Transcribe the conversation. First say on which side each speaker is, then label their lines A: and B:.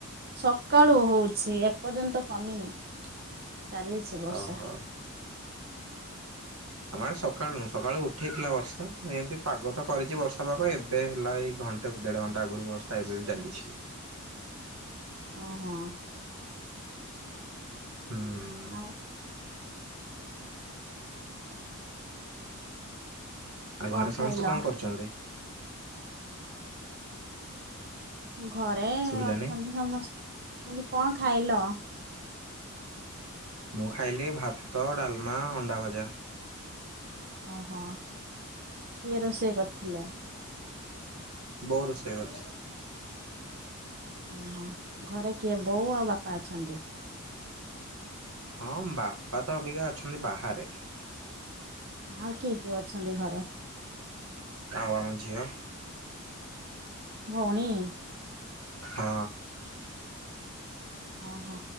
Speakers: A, on the right (about 45°); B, on the right (about 80°).
A: ସକାଳୁ ହଉଛି। ଏପର୍ଯ୍ୟନ୍ତ କମିନି। ଚାଲିଛି ବର୍ଷା।
B: ଓହୋ। ଆମର ସକାଳୁ ନୁହ ସକାଳୁ ଉଠେଇଥିଲା ବର୍ଷା, ଏମିତି ପାଗ ତ କରିଛି ବର୍ଷା, ପାଗ ଏବେ ହେଲା ଏଇ ଘଣ୍ଟାକୁ ଦେଢ ଘଣ୍ଟା ଆଗରୁ ବର୍ଷା ଏବେ ବି ଚାଲିଛି।
A: ଓ ହଁ।
B: ହୁଁ।
A: ଆଉ
B: ଆଉ
A: କଣ
B: ଘରେ
A: ଖାଇଲ?
B: ସମସ୍ତେ କଣ, କରୁଛନ୍ତି?
A: ଘରେ
B: ଶୁଭିଲାନି।
A: ଅଛନ୍ତି ସମସ୍ତେ। ମୁଁ କହିଲି କଣ ଖାଇଲ?
B: ମୁଁ ଖାଇଲି ଭାତ, ଡାଲମା, ଅଣ୍ଡା ଭଜା।
A: ଓହୋ। କିଏ ରୋଷେଇ କରିଥିଲେ?
B: ବଉ ରୋଷେଇ କରିଛି।
A: ଓହୋ। ଘରେ କିଏ ବୋଉ ଆଉ ବାପା ଅଛନ୍ତି?
B: ହଁ, ବାପା ତ ଅବିକା ଅଛନ୍ତି ବାହାରେ।
A: ଆଉ କିଏ, କିଏ ଅଛନ୍ତି ଘରେ?
B: ଆଉ ଆମ ଝିଅ।
A: ଭଉଣୀ।
B: ହଁ।
A: ଓହୋ